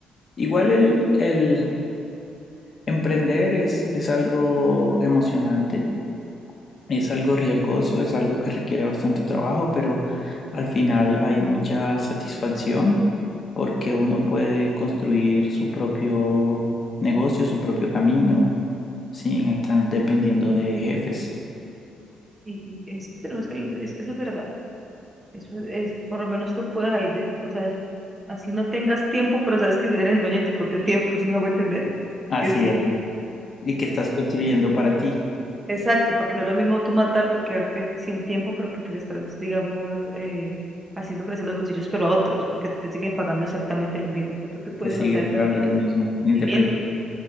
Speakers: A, on the left; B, on the right.
A: igual el, el emprender es, es algo emocionante. Es algo riesgoso, es algo que requiere bastante trabajo, pero al final hay mucha satisfacción porque uno puede construir su propio negocio, su propio camino, sin estar dependiendo de jefes.
B: Y, y es que tenemos que, es- eso es verdad, eso es, es- por lo menos tú puedes ahí, de, o sea, así no tengas tiempo, pero sabes que eres el dueño de tu propio tiempo, ¿sí me hago entender?
A: Así
B: Que sí,
A: es. Y que estás construyendo para ti.
B: Exacto, porque no es lo mismo tú matar, toquearte sin tiempo, pero porque le estás, digamos, eh, haciendo crecer los bolsillos, pero a otros, porque te siguen pagando exactamente lo mismo. O sea, tú te puedes
A: Te siguen
B: matar en
A: pagando
B: el
A: lo mismo, independiente.
B: rendimiento.